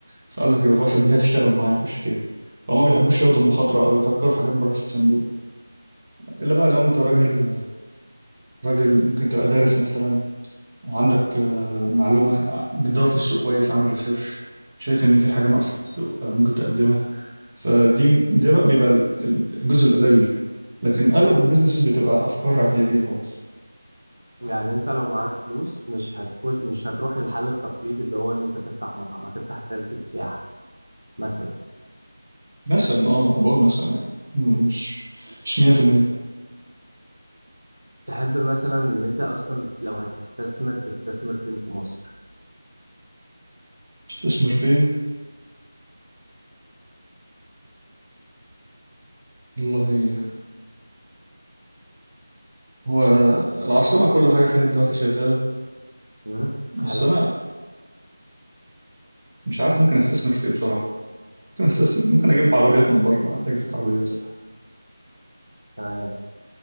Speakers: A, on the right (about 20°); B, on the right (about 70°).
A: فقال لك يبقى خلاص دي هتشتغل معايا خش فيها فهم ما بيحبوش ياخدوا المخاطرة أو يفكروا في حاجات بره الصندوق إلا بقى لو أنت راجل راجل ممكن تبقى دارس مثلا وعندك آه، معلومة آه، بتدور في السوق كويس عامل ريسيرش شايف إن في حاجة ناقصة في السوق آه، ممكن تقدمها فدي ده بقى بيبقى ال- ال- الجزء القليل لكن أغلب البيزنسز بتبقى أفكار اعتيادية خالص
B: يعني انت لو معاك فلوس مش هتخش مش هتروح للحل التقليدي اللي هو ان انت تفتح مطعم هتفتح شركة سياحة مثلا
A: مثلا أه أنا بقول مثلا يعني مش مش 100%
B: تحب مثلا ان انت اصلا لو هتستثمر تستثمر فين في مصر
A: تستثمر فين والله هو العاصمة كل حاجة فيها دلوقتي شغالة
B: امم
A: بس
B: حلو
A: أنا مش عارف ممكن استثمر في ايه بصراحه ممكن استثمر ممكن اجيب عربيات من بره اتاجر في العربيات
B: تمام